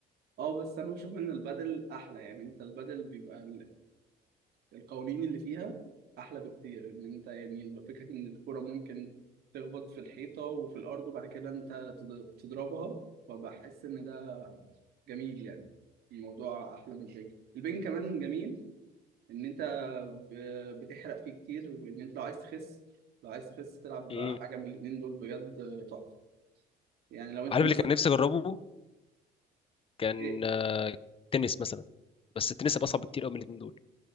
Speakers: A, on the right (about 70°); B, on the left (about 35°).
A: اه بس انا بشوف ان البدل احلى يعني انت البدل بيبقى القوانين اللي فيها احلى بكتير ان انت يعني لو فكره ان الكرة ممكن تخبط في الحيطه وفي الارض وبعد كده انت تض- تضربها فبحس ان ده جميل يعني الموضوع احلى من البنج البنج كمان جميل ان انت ب- بتحرق فيه كتير وان انت لو عايز تخس لو عايز تخس تلعب
B: امم
A: بقى حاجه من الاتنين دول بجد تحفه يعني لو انت
B: عارف
A: مثلا
B: اللي كان نفسي اجربه كان
A: ايه
B: آه، تنس مثلا بس التنس هيبقى اصعب بكتير قوي من الاتنين دول